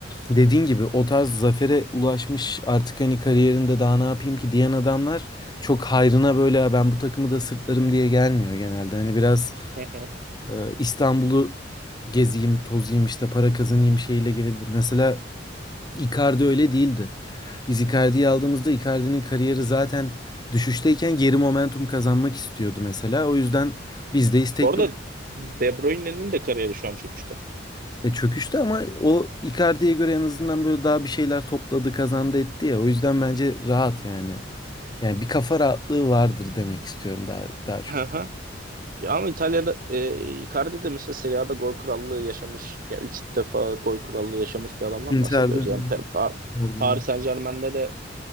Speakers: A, on the left (about 25°); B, on the right (about 50°).
A: dediğin gibi o tarz zafere ulaşmış artık hani kariyerinde daha ne yapayım ki diyen adamlar çok hayrına böyle "Ya ben bu takımı da sırtlarım diye gelmiyor genelde. Hani biraz
B: Hı hı.
A: e, İstanbul'u gezeyim, tozayım işte para kazanayım şeyle gelebilir. Mesela Icardi öyle değildi. Biz Icardi'yi aldığımızda Icardi'nin kariyeri zaten düşüşteyken geri momentum kazanmak istiyordu mesela. O yüzden biz de istekli
B: Bu arada De Bruyne'nin de kariyeri şu an çöküşte.
A: E çöküştü ama o Icardi'ye göre en azından böyle daha bir şeyler topladı, kazandı etti ya. O yüzden bence rahat yani. Yani bir kafa rahatlığı vardır demek istiyorum daha daha çok.
B: <laughs> Ya ama İtalya'da e, Icardi de mesela Serie A'da gol krallığı yaşamış. Ya 3 defa gol krallığı yaşamış bir adamdan
A: Inter
B: bahsediyoruz.
A: dönemi.
B: Yani Pe- Pa-
A: Icardi'nin.
B: Paris Saint-Germain'de de